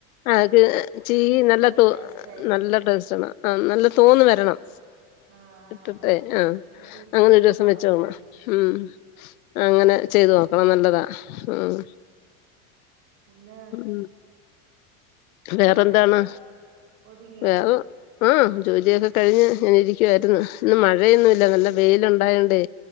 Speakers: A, on the left; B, on the right.
A: ആക്ക് ചീകി നല്ല തോ
B: ടേസ്റ്റ് ആയിരിക്കുംന്ന്
A: നല്ല ട്രസ്റ്റ് ആണ് ആഹ് നല്ല തോന്ന വരണം
B: ആഹ് ആഹ്
A: എട്ടട്ടേ ആഹ്
B: ആ ടീച്ചർ
A: അങ്ങനെ
B: ഇങ്ങനെ
A: ഒരു ദിവസം
B: പറഞ്ഞായിരുന്നു
A: വെച്ചോണ ഉം അങ്ങനെ ചെയ്ത്
B: പിന്നെ
A: നോക്കണം നല്ലതാ ഉം
B: പിന്നെ
A: ഉം വേറെന്താണ്
B: ജോലിയൊക്കെ ഒതുങ്ങിയോ
A: വേറെ ആഹ് ജോലിയൊക്കെ കഴിഞ്ഞ് ഞാന ഇരിക്കുവായിരുന്നു ഇന്ന് മഴയൊന്നുമല്ല നല്ല വെയില ഉണ്ടായണ്ടേ